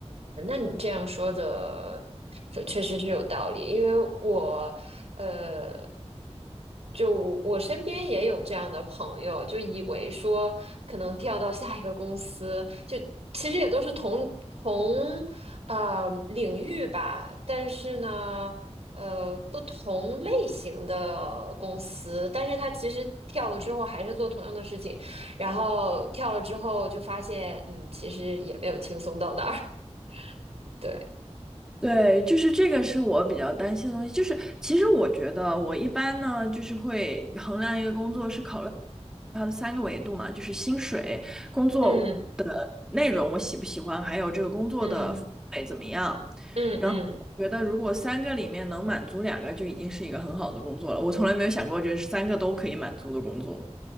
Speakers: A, on the right; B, in the centre.
A: 那你这样说的，说确实是有道理，因为我，呃，就我身边也有这样的朋友，就以为说可能跳到下一个公司，就其实也都是同同呃领域吧，但是呢，呃，不同类型的公司，但是他其实跳了之后还是做同样的事情，然后跳了之后就发现，嗯，其实也没有轻松到哪儿，<laughs> 对。
B: 对，就是这个是我比较担心的东西。就是其实我觉得我一般呢，就是会衡量一个工作是考虑它的三个维度嘛，就是薪水、工作的内容我喜不喜欢，
A: 嗯
B: 还有这个工作的氛围怎么样。
A: 嗯嗯嗯
B: 然后我觉得如果三个里面能满足两个，就已经是一个很好的工作了。我从来没有想过这是三个都可以满足的工作。